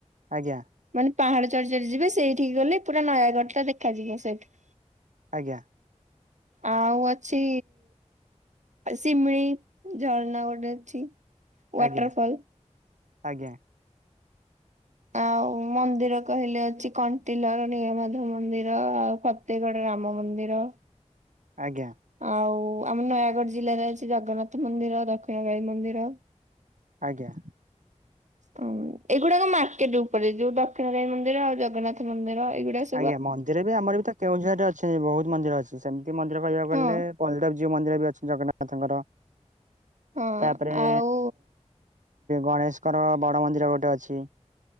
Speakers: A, on the right; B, on the right.
A: ଆଜ୍ଞା
B: ମାନେ ପାହାଡ ଚଢ଼ି ଚଢ଼ି ଯିବେ ସେଇଠିକି ଗଲେ ପୁରା ନୟାଗଡ଼ ଟା ଦେଖାଯିବ ସେଇଠି।
A: ଆଜ୍ଞା।
B: ଆଉ ଅଛି ଶିମିଳି ଝରଣା ଗୋଟେ ଅଛି। ୱାଟରଫଲ।
A: ଆଜ୍ଞା ଆଜ୍ଞା।
B: ଆଉ ମନ୍ଦିର କହିଲେ ଅଛି। କଣ୍ଟିଲର ନୀଳମାଧବ ମନ୍ଦିର ଆଉ ଫତେଗଡ ରାମ ମନ୍ଦିର।
A: ଆଜ୍ଞା।
B: ଆଉ ଆମ ନୟାଗଡ ଜିଲ୍ଲାରେ ଅଛି ଜଗନ୍ନାଥ ମନ୍ଦିର ଦକ୍ଷିଣକାଳୀ ମନ୍ଦିର।
A: ଆଜ୍ଞା।
B: ହ ଏଇଗୁଡାକ ମାର୍କେଟ ଉପରେ। ଯୋଉ ଦକ୍ଷିଣକାଳୀ ମନ୍ଦିର ଆଉ ଜଗନ୍ନାଥ ମନ୍ଦିର ଏଇଗୁଡା ଶ
A: ଆଜ୍ଞା। ମନ୍ଦିର ବି ଆମର ବି ତ କେଉଁଝର ରେ ଅଛନ୍ତି ବହୁତ ମନ୍ଦିର ଅଛି। ସେମିତି ମନ୍ଦିର କହିବାକୁ
B: ହଁ
A: ଗଲେ ବଲଦେବ ଜୀଉ ମନ୍ଦିର। ବି ଅଛି ଜଗନ୍ନାଥଙ୍କର
B: ହଁ
A: ତାପରେ
B: ଆଉ
A: ଗଣେଶଙ୍କର ବଡ ମନ୍ଦିର ଗୋଟେ ଅଛି।